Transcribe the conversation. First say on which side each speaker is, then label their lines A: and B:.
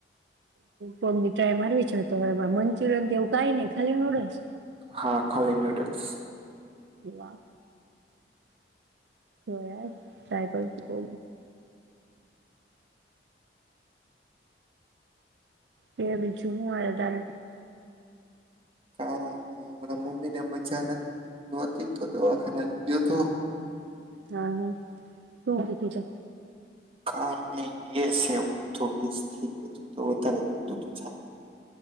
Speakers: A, on the right; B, on the right.
A: કોક દી ટ્રાય મારવી જોયે તો <unintelligible> મંચુરિયન કે એવું કાય નય ખાલી નુડલ્સ?
B: હા, ખાલી નૂડલ્સ.
A: વા. તોય તઈ પણ શું બો કે બીજું હું હાલે તારે?
B: કાય નઈ હમણાં મમ્મી ને મજા નહતી તો દવાખાને લઈ ગયો તો.
A: હા હ શું કીધું તો?
B: કાય નય ગેસ હે. ઊંધો ગેસ થઈ ગયો તો વધારે દુખતુતું છાતીમાં.